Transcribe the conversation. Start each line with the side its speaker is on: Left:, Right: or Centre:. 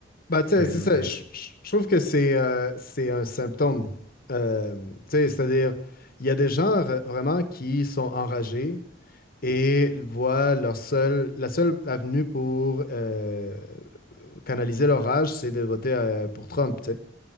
Left: Bah, tu
Right: c'est
Left: sais,
Right: pas une
Left: c'est
Right: nouveauté.
Left: ça. Je je- je trouve que c'est euh, c'est un symptôme. Euh, tu sais, c'est-à-dire, il y a des gens r- vraiment qui sont enragés et voient leur seul, la seule avenue pour euh, canaliser leur rage, c'est de voter euh, pour Trump, tu sais.